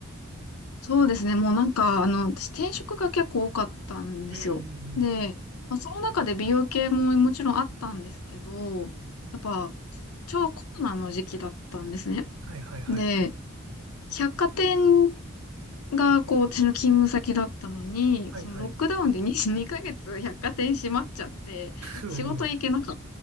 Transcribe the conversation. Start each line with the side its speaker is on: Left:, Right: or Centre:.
Left: そうですね。もうなんか、あの、私転職が結構多かったんですよ。
Right: うん、うん、うん。
Left: で、まあ、その中で美容系ももちろんあったんですけど、やっぱ、ちょうどコロナの時期だったんですね。
Right: はいはいはい。
Left: で、百貨店がこう、私の勤務先だったのに、
Right: はいはい。
Left: そのロックダウンで2、ヶ月百貨店閉まっちゃって、
Right: うんうん。
Left: 仕事行けなかっ